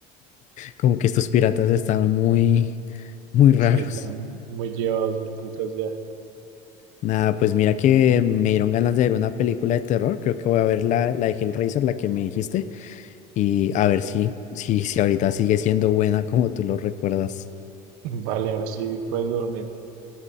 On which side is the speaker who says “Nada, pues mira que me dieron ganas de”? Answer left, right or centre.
Left